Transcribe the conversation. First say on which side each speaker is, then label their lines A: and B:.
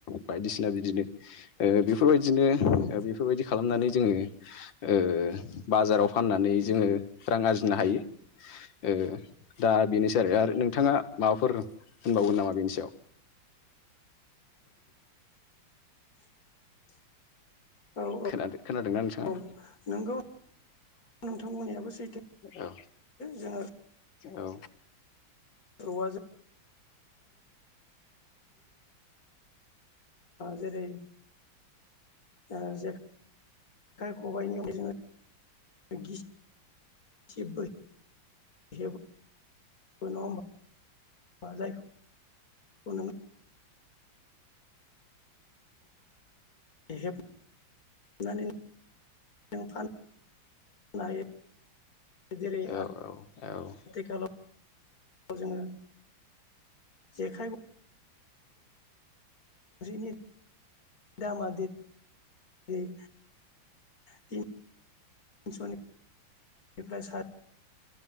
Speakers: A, on the left; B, on the left.
A: बायदिसिना बिदिनो ओ बेफोरबायदिनो
B: औ
A: बेफोरबायदि। खामनानै जोङो ओ बाजाराव फाननानै जोङो रां आरजिनो हायो। ओ दा बेनोसै आरो आरो नोंथाङा माबाफोर होनबावगोन नामा बेनि सायाव
B: <inaudible> औ औ
A: खोनादों खोनादोंना नोंथाङा
B: औ नोंगौ। नोंथांमोननियाबो सैथो
A: औ
B: जोङो।
A: औ।
B: औवाजों जेरै ओ जेरै जेखाय खबाइनियाव जोङो <unintelligible> जेबो नङा होमबा बा जायखौ <unintelligible> <unintelligible> सनानै <unintelligible> ना हायो? जेरै
A: औ औ औ।
B: आथिखालाव जोङो जेखाइ गंसेनि दामा <unintelligible> <unintelligible>